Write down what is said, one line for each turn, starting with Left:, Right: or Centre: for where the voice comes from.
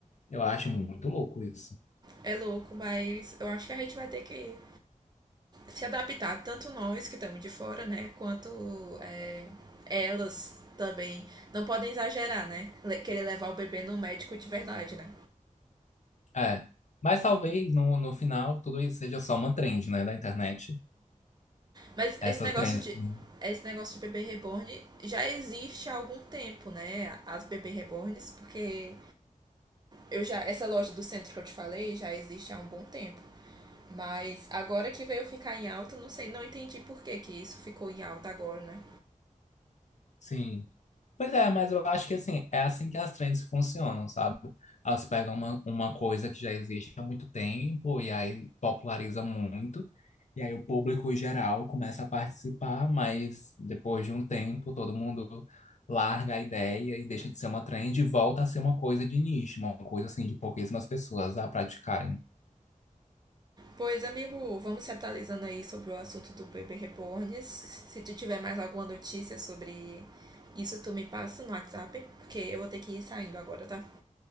Left: Eu acho muito louco isso.
Right: É louco, mas eu acho que a gente vai ter que se adaptar, tanto nós que estamos de fora, né? Quanto é, elas também. Não podem exagerar, né? Le- Querer levar o bebê no médico de verdade, né?
Left: É. Mas talvez no, no final tudo isso seja só uma trend, né, da internet.
Right: Mas
Left: Essas
Right: esse negócio
Left: trends.
Right: de.
Left: que-
Right: Esse negócio de bebê reborn já existe há algum tempo, né? As bebê reborns, porque eu já essa loja do centro que eu te falei já existe há um bom tempo. Mas agora que veio ficar em alta, não sei, não entendi por que que isso ficou em alta agora, né?
Left: Sim. Pois é, mas eu acho que assim, é assim que as trends funcionam, sabe? Elas pegam uma, uma coisa que já existe há muito tempo e aí populariza muito. E aí o público geral começa a participar, mas depois de um tempo todo mundo larga a ideia e deixa de ser uma trend e volta a ser uma coisa de nicho, uma coisa assim de pouquíssimas pessoas a praticarem.
Right: Pois, amigo, vamos se atualizando aí sobre o assunto do bebê reborn. Se tu tiver mais alguma notícia sobre isso, tu me passa no WhatsApp, porque eu vou ter que ir saindo agora, tá?